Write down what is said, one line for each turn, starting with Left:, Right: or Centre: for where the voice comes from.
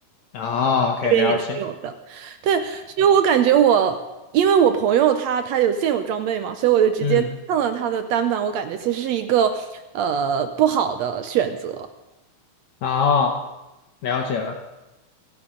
Left: 哦，OK，
Right: 这边也是有的，
Left: 了解，
Right: 对，所以我感觉我，因为我朋友他他有现有装备嘛，所以我就直接蹭了他的单板，
Left: 嗯，
Right: 我感觉其实是一个呃不好的选择，
Left: 哦，了解了。